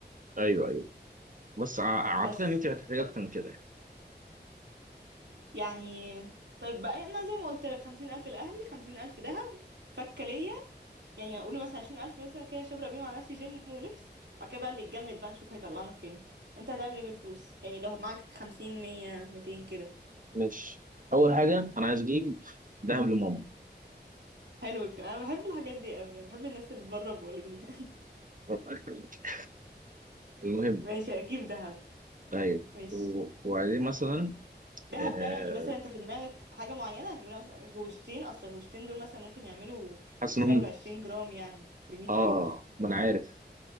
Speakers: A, on the right (about 50°); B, on the right (about 80°).
A: ايوه ايوه بص ع- اعتقد
B: بس
A: ان انت هتحتاج
B: ط-
A: اكتر من كده
B: يعني طيب بقى انا زي ما قلت لك خمسين ألف لأهلي خمسين ألف دهب فكة ليا يعني اقول مثلا عشرين ألف مثلا كده شبرق بيهم على نفسي جيم ولبس وبعد كده بقى اللي يتجمد بقى نشوف هيطلعنا فين انت هتعمل ايه بالفلوس يعني لو معاك خمسين مية ميتين كده
A: ماشي اول حاجه انا عايز اجيب ذهب لماما
B: حلو الكلام انا بحب الحاجات دي قوي بحب الناس اللي بره بوالديها
A: ربنا يخليك المهم
B: <laughs> ماشي اجيب دهب
A: طيب
B: ماشي
A: و- وبعدين مثلا
B: دهب
A: آه،
B: ده يعني مثلا انت في دماغك حاجة معينة هتجيب لها مثلا غوشتين اصل الغوشتين دول مثلا ممكن يعملوا
A: حاسس
B: يكسروا
A: انهم
B: العشرين جرام يعني بمية
A: اه آه،
B: ألف
A: ما انا عارف